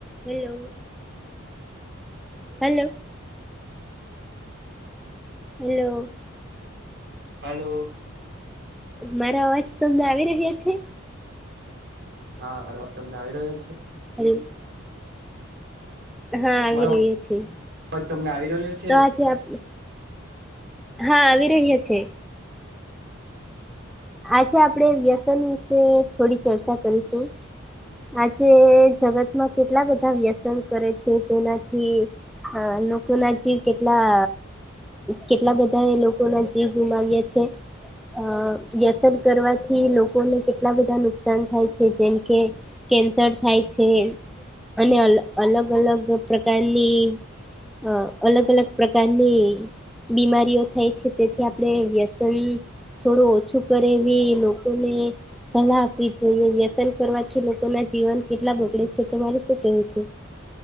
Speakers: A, in the centre; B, on the right.
A: Hello hello hello
B: hello
A: મારા અવાજ તો અમને આવી રહ્યા છે.
B: હા મારા વાત તમને આવી રહ્યો છે.
A: હમ્મ હા આવી
B: મારો
A: રહહી છએ,
B: અવાજ તમને આવી રહ્યો છે?
A: તો આજે આપ હા આવી રહ્યા છે. આજે આપણેે વ્યસન વિશે થોડી ચર્ચા કરીશું આજે જગતમાં કેટલા બધા વ્યસન કરે છે. તેનાથી હા, લોકો ના જીવ કેટલા કેટલા બધા એ લોકો ના જીવ ગુમાવ્યા છે. અ વ્યસન કરવાથી લોકોને કેટલા બધા નુકસાન થાય છે, જેમ કે કેન્સર થાય છે. અને અલ અલગ અલગ પ્રકારની અ અલગ અલગ પ્રકારની બીમારીઓ થાય છે. તેથી આપણે વ્યસન થોડું ઓ શું કરેવી લોકોને સલાહ આપવી જોઈએ વ્યસન કરવાથી લોકો ના જીવન કેટલા બગડે છે તો મારે શું કેવું છે